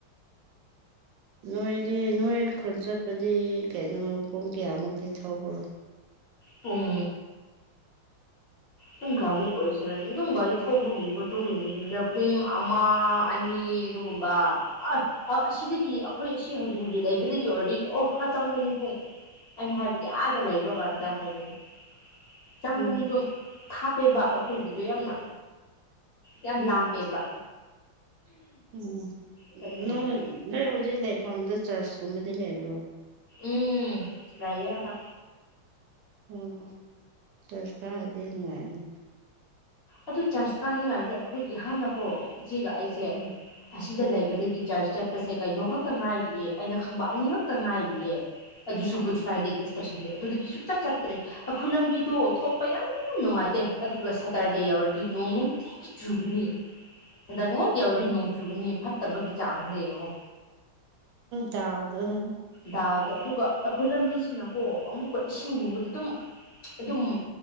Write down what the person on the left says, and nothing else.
ꯄꯨꯡ꯬꯬꯬꯬꯬꯬꯬꯬ ꯄꯨꯡ ꯀꯌꯥꯃꯨꯛ ꯑꯣꯏꯁꯤꯔꯅꯤ ꯑꯗꯨꯝ ꯒꯥꯔꯤ ꯊꯧꯕꯒꯤ ꯃꯇꯨꯡ ꯏꯟꯅ ꯄꯨꯡ ꯑꯃ ꯑꯅꯤ ꯑꯗꯨꯒꯨꯝꯕ ꯑꯁ ꯑꯁꯤꯗꯒꯤ ꯑꯩꯈꯣꯏ ꯑꯁꯤ ꯍꯧꯖꯤꯛ ꯍꯧꯖꯤꯛ ꯂꯩꯕꯗꯒꯤ ꯑꯣꯏꯔꯗꯤ ꯑꯣ ꯈꯔ ꯆꯪꯒꯅꯤ ꯄꯨꯡ ꯑꯩꯅ ꯍꯥꯏꯕꯗꯤ ꯑꯥꯗ ꯂꯩꯕ ꯀꯥꯟꯗ ꯑꯣꯖꯥ ꯍꯥꯏꯒꯅꯤ ꯆꯪꯒꯅꯤꯗꯣ
ꯊꯥꯞꯄꯦꯕ ꯑꯩꯈꯣꯏꯒꯤꯗꯣ ꯌꯥꯝꯅ ꯌꯥꯝ
ꯂꯥꯞꯄꯦꯕ
ꯆꯠꯅꯤꯡꯉꯥꯏꯗꯣ
ꯎꯝ ꯂꯩꯌꯦ ꯑꯃ
ꯑꯗꯨ ꯆꯔꯁ ꯀꯥꯅꯤꯉꯥꯏꯗ ꯑꯩꯈꯣꯏꯒꯤ ꯍꯥꯟꯅꯀꯣ ꯏꯆꯦꯒ ꯑꯩ ꯑꯦ
ꯑꯁꯤꯗ
ꯂꯩꯕꯗꯒꯤ ꯆ꯭ꯔꯁ ꯆꯠ ꯄꯁꯦ ꯀꯩꯅꯣ ꯈꯛꯇ ꯉꯥꯏꯔꯤꯌꯦ ꯑꯩꯅ ꯈꯪꯕ ꯑꯅꯤꯈꯛꯇ ꯉꯥꯏꯔꯤꯌꯦ ꯑꯗꯨꯁꯨ ꯒꯨꯗ ꯐ꯭ꯔꯥꯏꯗꯦꯒ ꯏꯁꯇꯔ ꯁꯟꯗꯦ ꯑꯗꯨꯗꯒꯤ ꯁꯨꯛꯆꯠ ꯆꯠꯇ꯭ꯔꯦ ꯑꯩꯈꯣꯏ ꯂꯝꯕꯤꯗꯣ ꯊꯣꯛꯄ ꯌꯥꯝ ꯅꯨꯡꯉꯥꯏꯇꯦ ꯑꯗꯨꯒ ꯁꯇ꯭ꯔꯗꯦ ꯌꯥꯎꯔꯗꯤ ꯅꯣꯡ ꯅꯨꯡꯇꯤꯒꯤ ꯆꯨꯒꯅꯤ ꯁꯇ꯭ꯔꯗꯦ ꯌꯧꯔꯗꯤ ꯅꯣꯡ ꯆꯨꯒꯅꯤ ꯐꯠꯇꯕꯒꯤ ꯆꯥꯡꯁꯦ ꯌꯦꯡꯉꯣ
ꯗꯥꯎꯗꯣ ꯑꯗꯨꯒ ꯑꯩꯈꯣꯏ ꯂꯝꯕꯤꯁꯤꯅꯀꯣ ꯑꯃꯨꯛꯀ ꯏꯁꯤꯡꯒꯨꯝꯕꯗ ꯑꯗꯨꯝ ꯑꯗꯨꯝ